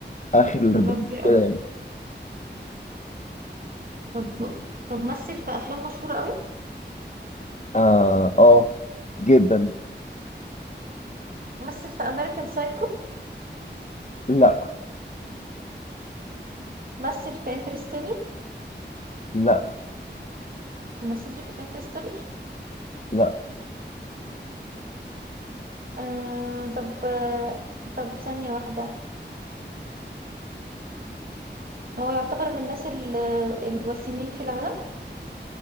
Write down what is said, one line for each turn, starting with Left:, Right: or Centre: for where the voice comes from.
Left: آخر الأربعينات
Right: ده اللي هو كبير قوي
Left: كده يعني
Right: طب طب مثل في افلام مشهورة قوي
Left: آه, آه جدا
Right: مثل في امريكان سايكو
Left: لا
Right: مثل في انترستيلر
Left: لا
Right: ممثلش في انترستيلر
Left: لا
Right: آه طب آه طب ثانية واحدة هو يعتبر من الناس ال- الوسيمين في العالم